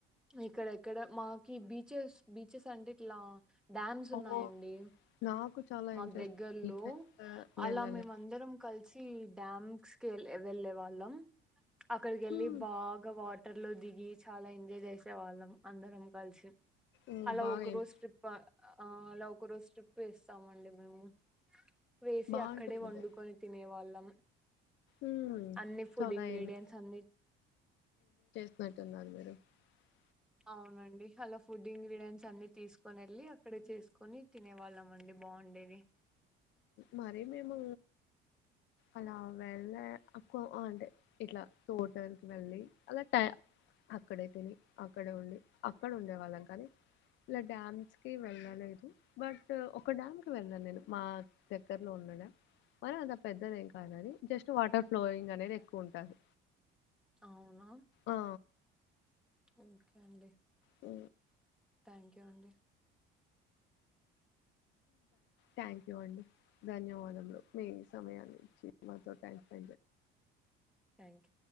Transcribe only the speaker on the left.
ఓ నాకు చాలా
ఇంట్రెస్ట్
బీచెస్
వెళ్ళాలి
ఉమ్,
ఉమ్,
బాగా
ఎన్-
బాగుంటుంది
ఉమ్,
చాలా
ఎన్-
<inaudible>
మరే మేము అలా వెళ్ళ అక్కువ అంటే ఇట్లా తోటలకు వెళ్ళి అలా ట అక్కడే తిని అక్కడే ఉండి అక్కడ ఉండే వాళ్ళం కాని ఇలా డ్యామ్స్ కి వెళ్ద లేదు బట్ ఒక డ్యామ్ కి వెళ్దాను నేను మా దగ్గర్లో ఉన్న డ్యామ్ మరీ అంత పెద్దద ఏం కాదు అది జస్ట్ వాటర్ ఫ్లోయింగ్ అనేది ఎక్కువ ఉంటది
ఆ
అ
థ్యాంక్ యూ అండి ధన్యవాదములు మీ సమయానిచి మాతో టైమ్